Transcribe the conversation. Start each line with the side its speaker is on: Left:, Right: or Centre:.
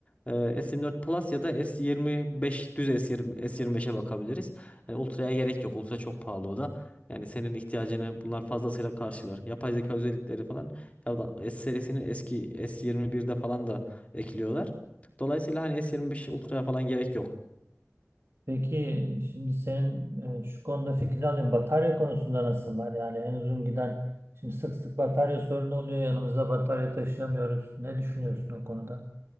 Left: e, S24 Plus ya da S25 düz S20, S25'e bakabiliriz. Yani Ultra'ya gerek yok. Ultra çok pahalı o da. Yani senin ihtiyacını bunlar fazlasıyla karşılar. Yapay zeka özellikleri falan ya da S serisinin eski S21'de falan da ekliyorlar. Dolayısıyla hani S25 Ultra'ya falan gerek yok.
Right: Peki şimdi senin e, şu konuda fikrini alayım. Batarya konusunda nasıllar? Yani en uzun giden şimdi sık sık batarya sorunu oluyor. Yanımızda batarya taşıyamıyoruz. Ne düşünüyorsun o konuda?